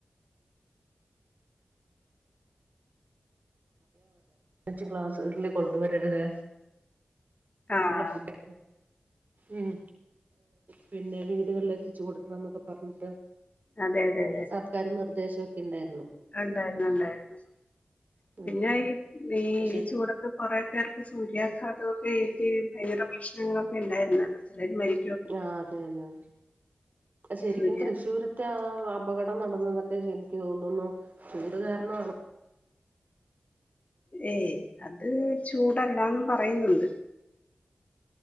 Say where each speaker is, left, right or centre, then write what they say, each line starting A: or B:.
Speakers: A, on the right (about 55°); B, on the left (about 40°).
A: ച് ക്ലാസ്സ് കൊണ്ട് വരരുത്
B: ആഹ്
A: ക്ക്ള്ള ഫുഡ് ഉം പിന്നെ വീടുകളു എത്തിച്ചു കൊടുക്കണന്നക്കെ പറഞ്
B: അതെ അതെ
A: സർക്കാര് നിർദ്ദേശക്കെണ്ടായിരുന്നു
B: ഉണ്ടായിരുന്നുണ്ടായിരുന്നു
A: ഉം
B: പിന്നെ
A: ഉം
B: ഈ
A: പക്ഷെ
B: ഈ ചൂടത്ത് കുറെ പേർക്ക് സൂര്യാഘാതക്കെ ഏറ്റ് ഭയങ്കര പ്രശ്നങ്ങളൊക്കെ ഉണ്ടായിരുന്നല്ലോ ചിലർ മരി
A: ആ അതെ അതെ ശരിക്കും
B: സൂര്യ
A: തൃശ്ശൂർ റ്റാഅപകടം നടന്നതൊക്കെനിക്ക് തോനുന്നു ചൂട്കാരണണ്
B: ഏയ് അത്ചൂടല്ലാന്ന് പറയുന്നുണ്ട്